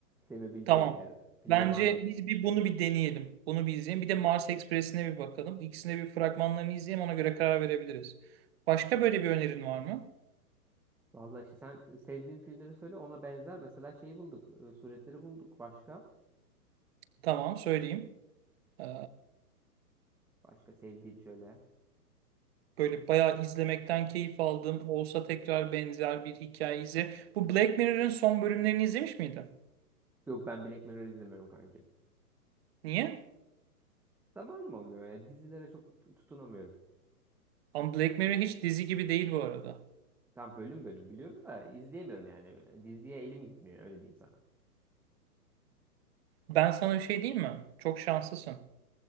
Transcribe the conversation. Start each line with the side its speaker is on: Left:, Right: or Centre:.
Centre: sevebileceğin
Right: Tamam.
Centre: eğer Player
Right: Bence
Centre: One
Right: biz bir bunu bir deneyelim. Bunu bir izleyelim. Bir de Mars Express'ine bir bakalım. İkisine bir fragmanlarını izleyelim. Ona göre karar verebiliriz. Başka böyle bir önerin var mı?
Centre: Vallahi işte sen e, sevdiğin filmleri söyle ona benzer. Mesela şeyi bulduk. e, Suretleri bulduk. Başka?
Right: Tamam, söyleyeyim. Ee,
Centre: Başka sevdiğin şöyle.
Right: böyle bayağı izlemekten keyif aldığım olsa tekrar benzer bir hikaye izle. Bu Black Mirror'ın son bölümlerini izlemiş miydin?
Centre: Yok ben Black Mirror izlemiyorum kankim.
Right: Niye?
Centre: Zamanım olmuyor. ya dizilere çok tu- tutunamıyorum.
Right: Ama Black Mirror hiç dizi gibi değil bu arada.
Centre: Tam bölüm bölüm biliyorum da izleyemiyorum yani. Diziye elim gitmiyor öyle diyeyim sana.
Right: Ben sana bir şey diyeyim mi? Çok şanslısın.